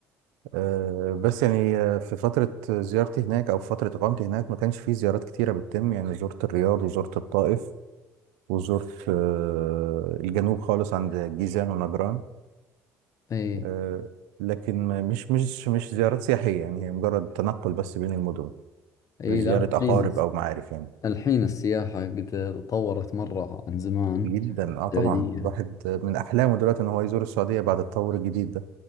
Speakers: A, on the right (about 75°); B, on the left (about 45°).
A: آه، بس يعني آه، في فترة زيارتي هناك أو في فترة إقامتي هناك ما كانش في زيارات كتيرة بتتم يعني زرت الرياض وزرت الطائف وزرت آه، الجنوب خالص عند جيزان ونجران
B: اي
A: آه، لكن ما- مش مش مش زيارات سياحية يعني هي مجرد تنقل بس بين المدن
B: اي
A: لزيارة
B: لا الحين
A: أقارب أو معارف يعني
B: الحين السياحة قد تطورت مرة عن زمان
A: جدا اه طبعا
B: السعودية
A: الواحد من أحلامه دلوقتي إن هو يزور السعودية بعد التطور الجديد ده